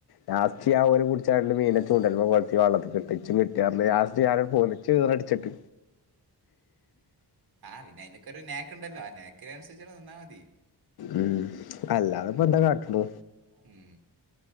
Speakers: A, on the left (about 65°); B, on the right (about 65°).
A: ലാസ്റ്റ് ആ ഓരു പിടിച്ച മീനൊക്കെ ഉണ്ടല്ലോ വ വള്ള കെട്ടിച്ചും കിട്ടാ പറഞ്ഞ് ലാസ്റ്റ് ഞാന പോ ഇച്ച് ഈറടിച്ചിട്ട്
B: ആ പിന്നെ അയിനക്കൊരു നാക്ക്ണ്ടല്ലോ ആ നാക്കിനനുസരിച്ചവിടെ നിന്നാ മതി
A: ഉം അല്ലാതെ ഇപ്പൊ എന്താ കാട്ടണു
B: ഉം